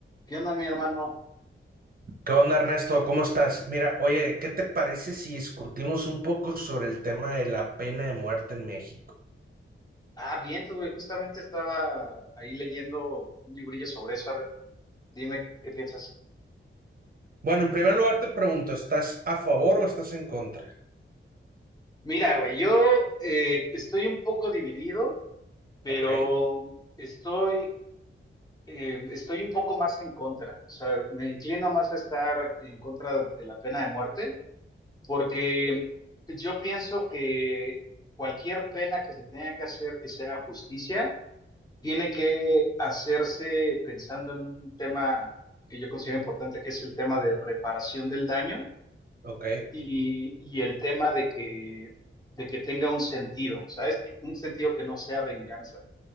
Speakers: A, on the left (about 20°); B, on the right (about 45°).
A: ¿Qué onda, mi hermano?
B: ¿Qué onda, Ernesto? ¿Cómo estás? Mira, oye, ¿qué te parece si discutimos un poco sobre el tema de la pena de muerte en México?
A: Ah, bien, tú, güey, justamente estaba ahí leyendo un librillo sobre eso. A ver, dime qué piensas.
B: Bueno, en primer lugar te pregunto, ¿estás a favor o estás en contra?
A: Mira, güey, yo eh, estoy un poco dividido, pero
B: Ok,
A: estoy, eh, estoy un poco más en contra. O sea, me inclino más a estar en contra de la pena de muerte, porque yo pienso que cualquier pena que se tenga que hacer que sea justicia tiene que hacerse pensando en un tema que yo considero importante, que es el tema de reparación del daño
B: ok,
A: y, y el tema de que, de que tenga un sentido, ¿sabes? Que- Un sentido que no sea venganza.